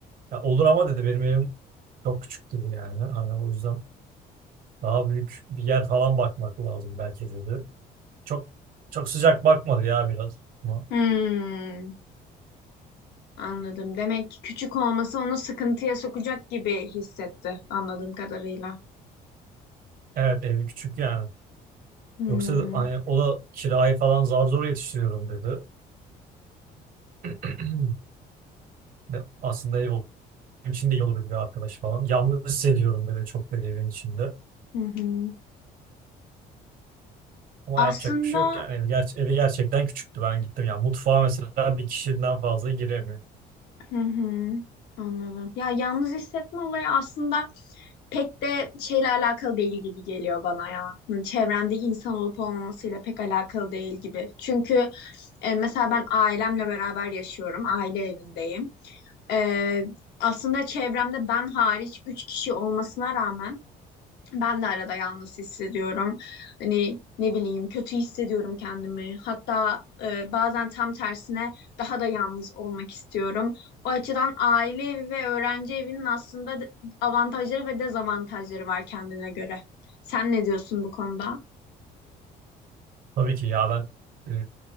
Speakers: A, on the right (about 55°); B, on the left (about 80°).
A: ya olur ama dedi benim evim çok küçük dedi yani. Hani o yüzden daha büyük bir yer falan bakmak lazım belki dedi. Çok çok sıcak bakmadı ya biraz. Ama
B: Hmm, anladım. Demek ki küçük olması onu sıkıntıya sokacak gibi hissetti anladığım kadarıyla.
A: evet evi küçük yani.
B: Hmm,
A: Yoksa hani o da kirayı falan zar zor yetiştiriyorum dedi. <clears throat> Ve Aslında ev benim için de iyi olurdu bir de arkadaş falan. Yalnız hissediyorum böyle çok böyle evin içinde.
B: hı hı.
A: Ama
B: Aslında
A: yapacak bir şey yok yani. Evi, ger- evi gerçekten küçüktü ben gittim. Yani mutfağa mesela bir kişiden fazla giremiyor.
B: Hı hı, anladım. Ya yalnız hissetme olayı aslında pek de şeyle alakalı değil gibi geliyor bana ya. Hı, Çevrende insan olup olmamasıyla pek alakalı değil gibi. Çünkü e, mesela ben ailemle beraber yaşıyorum. Aile evindeyim. E, aslında çevremde ben hariç 3 kişi olmasına rağmen ben de arada yalnız hissediyorum. Hani ne bileyim kötü hissediyorum kendimi. Hatta e, bazen tam tersine daha da yalnız olmak istiyorum. O açıdan aile evi ve öğrenci evinin aslında d- avantajları ve dezavantajları var kendine göre. Sen ne diyorsun bu konuda?
A: Tabii ki ya ben e,